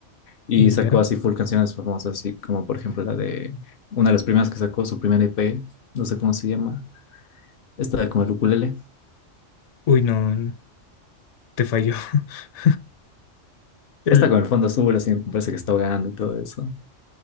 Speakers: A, on the left (about 55°); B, on the left (about 80°).
A: y
B: Mm,
A: sacó
B: Ya.
A: así full canciones famosas, así como por ejemplo la de una de las primeras que sacó, su primer EP, no sé cómo se llama, esta con el ukulele,
B: Uy, no, te falló. <laughs> El,
A: esta con el fondo azul, así me parece que está ahogando y todo eso.